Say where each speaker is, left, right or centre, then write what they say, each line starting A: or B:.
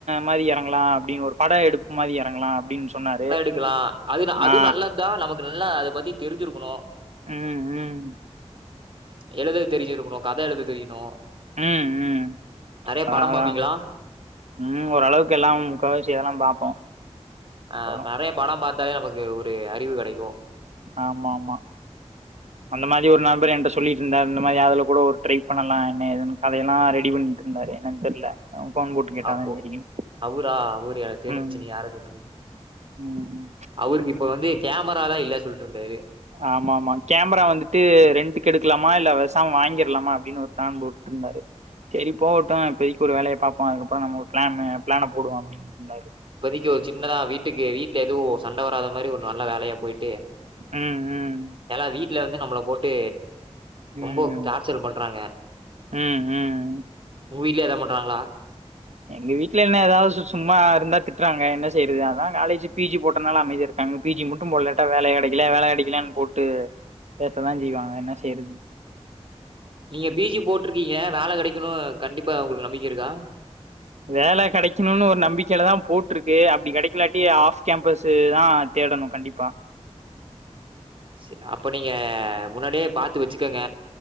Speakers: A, on the right (about 75°); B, on the right (about 50°).
A: மாரி எறங்கலா அப்டின்னு ஒரு படம் எடுப்பு மாரி எறங்கலா அப்டின் சொன்னாரு
B: இருக்கலா அது அது
A: ஆ
B: நல்லதுதா நமக்கு நல்லா அத பத்தி தெரிஞ்சிருக்கணு
A: ம் ம்
B: எழுத தெரிஞ்சிருக்கணு கத எழுத தெரியணு
A: ம் ம்
B: நெறைய
A: அதா
B: படோ
A: அதா
B: பாப்பீங்களா
A: ம் ஓரளவுக்கு எல்லாம் முக்காவாசி இதெல்லா பாப்போ
B: அ
A: வரு
B: நறைய படம் பாத்தாலே நமக்கு ஒரு அறிவு கெடைக்கு
A: ஆமாமா அந்த மாதி ஒரு நண்பர் என்ட்ட சொல்லிட்டு இருந்தார் இந்த மாதி அதுல கூட ஒரு ட்ரை பண்ணலா என்ன ஏதுன்னு கதையெல்லா ரெடி பண்ணிட்ருந்தாரு என்னன் தெர்ல அவ ஃபோன் போட்டு கேட்டாதா
B: அவ் ஓ,
A: தெரியு
B: அவரா அவரு எனக்கு தெரிஞ்ச்சு
A: ம்
B: நீ யார சொல்றீங்க
A: ம் ம்
B: அவருக்கு இப்ப வந்து கேமராலா இல்ல சொல்ட்டு இருந்தாரு
A: ஆமாமா கேமரா வந்துட்டு ரெண்டுக்கு எடுக்கலாமா இல்ல பேசாம வாங்கிர்லாமா அப்டின்னு ஒரு ப்ளான் ப்ரோ வந்தாரு சேரி போகட்டு இப்போதைக்கு ஒரு வேலைய பாப்போ அதுக்கப்புறோ நம்ம ஒரு ப்ளன்னு ப்ளன போடுவோ அப்டின்னு சொன்னாரு
B: இப்போதைக்கு ஒரு சின்னதா வீட்டுக்கு வீட்ல எதுவு சண்ட வராத மாதிரி ஒரு நல்ல வேலையா போய்ட்டு
A: ம் ம்
B: இல்லனா வீட்ல வந்து நம்மள போட்டு
A: ம்
B: ரொம்போ டார்ச்சர் பண்றாங்க
A: ம் ம்
B: உங்க வீட்ல ஏதா பண்றாங்களா
A: எங்க வீட்ல என்ன ஏதாவது சும்மா இருந்தா திட்டுறாங்க என்ன செய்யிறது அதா காலேஜி பி ஜி போட்டனால அமைதியா அங்க பி ஜி மட்டு போடலட்டா வேல கிடைக்கல வேல கிடைக்கலன் போட்டு பேசதா செய்வாங்க என்ன செய்யறது
B: நீங்க பி ஜி போட்ருக்கீங்க வேல கிடைக்கணு கண்டிப்பா உங்களுக்கு நம்பிக்க இருக்கா
A: வேல கெடைக்கணுன் ஒரு நம்பிக்கைல தா போட்டிருக்கு அப்டி கெடைக்கலாட்டி ஆஃப் கேம்பஸ்சு தா தேடணு கண்டிப்பா
B: சே அப்ப நீங்க முன்னாடியே பாத்து வச்சிக்கங்க